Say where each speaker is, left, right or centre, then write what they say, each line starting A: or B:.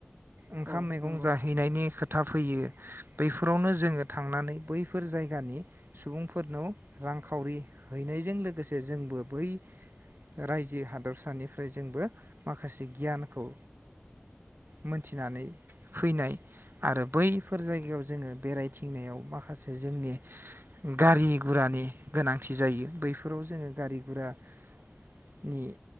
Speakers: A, on the right; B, on the right.
A: ओंखाम
B: औ
A: मैगं
B: नंगौ
A: जाहैनायनि
B: नंगौ
A: खो खोथा फैयो बैफोरावनो जोङो थांनानै बैफोर जायगानि सुबुंफोरनाव रांखावरि हैनायजों लोगोसे जोंबो बै रायजो हादरसानिफ्राय जोंबो माखासे गियानखौ मोन्थिनानै फैनाय आरो बैफोर जायगायाव जोङो बेरायथिंनायाव माखासे जोंनि गारि गुरानि गोनां। थि जायो बैफोराव जोङो गारि गुरा नि